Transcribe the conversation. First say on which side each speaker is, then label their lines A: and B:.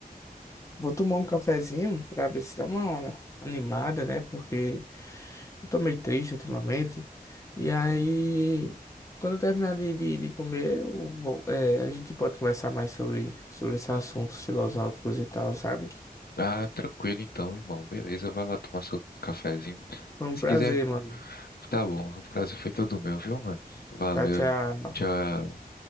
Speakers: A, on the left; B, on the left.
A: vou tomar um cafezinho pra ver se dá uma animada, né? Porque. Eu tô meio triste ultimamente. E aí, quando eu terminar de, de, de comer, eu vou- é, a gente pode conversar mais sobre, sobre esses assuntos filosóficos e tal, sabe?
B: Ah, tranquilo então, irmão. Beleza, vai lá tomar seu cafezinho.
A: Foi um
B: Se
A: prazer,
B: quiser,
A: mano.
B: tá bom. O prazer foi todo meu, viu, mano? Valeu.
A: Tchau, tchau.
B: Tchau.